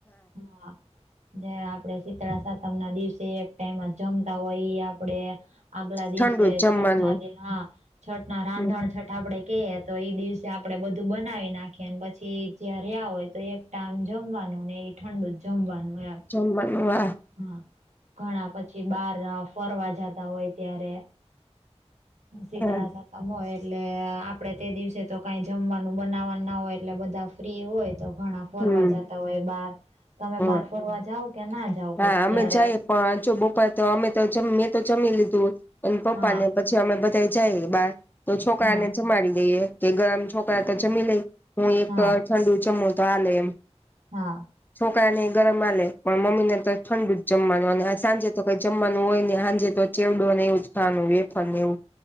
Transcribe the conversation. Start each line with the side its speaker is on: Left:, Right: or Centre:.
Right: હા. જે આપડે શીતળા સાતમના દિવસે એક ટાઈમ જમતા હોય આપણે આગલા દિવસે
Left: ઠંડુ જ જમવાનું
Right: છઠના દ હા છઠના રાંધણ
Left: હમ
Right: છઠ આપણે કેયે તો ઈ દિવસે આપણે બધું બનાવી નાખીએને પછી જર્યા હોય તો એક ટાઈમ જમવાનું ને એ ઠંડુ જ જમવાનું એમ
Left: <unintelligible> વા.
Right: હા ઘણા પછી બાર ફરવા જાતા હોય ત્યારે શીતળા
Left: હા
Right: સા તમ હોય. એટલે આપણે તે દિવસે તો કાંઈ જમવાનું બનાવવાનું ના હોય. એટલે બધા ફ્રી હોય તો ઘણા ફરવા
Left: હમ
Right: જતા હોય બાહર તમે
Left: હા
Right: બાર ફરવા જાવ કે ના જાવ?
Left: હા અમે
Right: ત્યારે
Left: જાયએ પણ જો બપા તો અમે તો મેં તો જમી લીધું અને પપ્પાને
Right: હા
Left: છી અમે બધા જાયએ બાર તો છોકરાને
Right: હા
Left: જમાડી દઈએ કે ગમ છોકરા તો લેય. હું એક
Right: હા
Left: ઠંડુ ચમોતો આલે એમ
Right: હા.
Left: છોકરા ને ગરમ માલે પણ મમ્મી ને તો ઠંડુ જમવાનું અને સાંજે તો કંઈ જમવાનું હોય ને સાંજે તો ચેવડો ને એવું <unintelligible> વેફર નેવુ